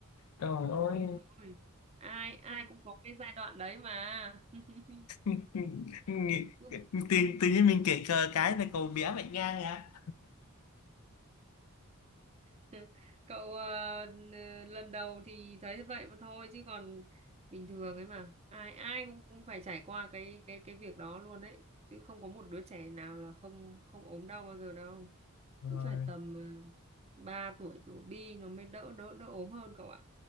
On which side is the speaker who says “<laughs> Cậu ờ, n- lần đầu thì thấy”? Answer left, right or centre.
Right